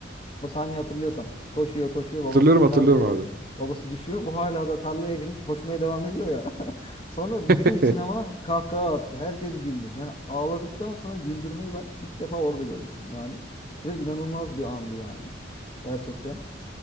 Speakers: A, on the left; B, on the right.
A: O sahneyi hatırlıyorsan. Koşuyor koşuyor
B: Hatırlıyorum
A: babasına
B: hatırlıyorum
A: çarpıyor.
B: abi.
A: Babası düşüyor. Bu hala da tarlaya girmiş koşmaya devam ediyor ya. <laughs> Sonra bütün
B: <laughs>
A: sinema kahkaha attı. Herkes güldü. Yani ağladıktan sonra güldürmeyi ben ilk defa orada görmüştüm yani. Ve inanılmaz bir andı yani. Gerçekten.